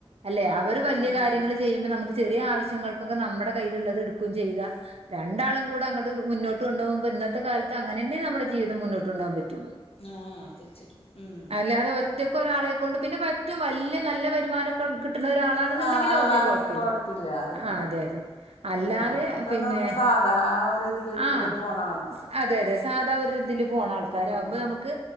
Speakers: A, on the right; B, on the left.
A: അല്ലേ? അവര് വല്ല്യ
B: ആഹ്
A: കാര്യങ്ങള് ചെയ്യുമ്പോ നമുക്ക് ചെറിയ ആവശ്യങ്ങൾക്കൊക്കെ നമ്മുടെ കയ്യിലുള്ളത് ഇട്ക്കും ചെയ്യ്താ രണ്ടാളും കൂടെ അങ്ങട്ട് മുന്നോട്ട് കൊണ്ടപോവുമ്പോ ഇന്നത്തെ കാലത്ത് അങ്ങനെന്നെ നമ്മുടെ ജീവിതം മുന്നോട്ട്ണ്ടാൻ പറ്റുള്ളു
B: ആഹ <unintelligible> ഉം
A: അല്ലാതെ ഒറ്റ ക്കൊരാളെ കൊണ്ട് പിന്നെ പറ്റും വല്ല്യ നല്ല വരുമാനൊക്കെ കിട്ട്ളൊരാളാണെന്ന്ണ്ടെങ്കിലൊക്കെ
B: ആഹ് ആളാണെങ്കി
A: കൊഴപ്പല്ല്യ
B: കൊഴപ്പില്ല അതന്നെ
A: ആഹ് അതെ അതെ
B: പക്ഷെ
A: അല്ലാതെ
B: നമ്മളൊക്കെ
A: പിന്നെ
B: നമ്മ സാധാ ഒരു ഇതിൽ
A: ആഹ
B: കൂടെ പോണാണ്
A: അതെ അതെ സാധാ ഒരുതില് പോണാൾക്കാരാവുമ്പോ
B: ഉം ഉം
A: നമുക്ക്